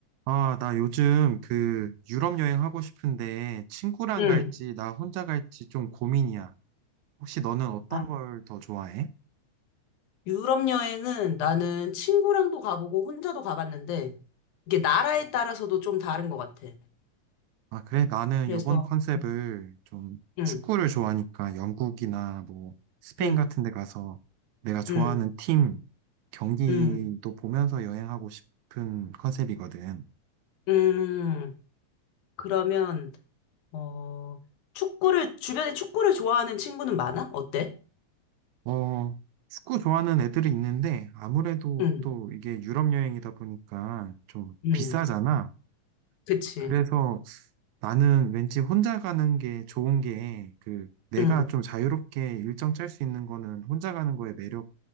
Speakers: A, on the right; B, on the left.
A: 아, 나 요즘 그 유럽 여행 하고 싶은데 친구랑
B: 응.
A: 갈지 나 혼자 갈지 좀 고민이야. 혹시 너는 어떤
B: 아,
A: 걸 더 좋아해?
B: 유럽 여행은 나는 친구랑도 가보고 혼자도 가봤는데 이게 나라에 따라서도 좀 다른 것 같아.
A: 아, 그래? 나는
B: 그래서
A: 요번 컨셉을
B: 응,
A: 좀
B: 응,
A: 축구를 좋아하니까 영국이나 뭐 스페인
B: 응,
A: 같은 데 가서 내가 좋아하는
B: 응,
A: 팀 경기도
B: 응,
A: 보면서 여행하고 싶은 컨셉이거든.
B: 응. 그러면 어 축구를 주변에 축구를 좋아하는 친구는 많아? 어때?
A: 어, 축구 좋아하는 애들이 있는데 아무래도
B: 응,
A: 또 이게 유럽 여행이다 보니까 좀
B: 응,
A: 비싸잖아.
B: 그치.
A: 그래서 나는 왠지 혼자 가는 게 좋은 게, 그, 내가
B: 응.
A: 좀 자유롭게 일정 짤 수 있는 거는 혼자 가는 거의 매력,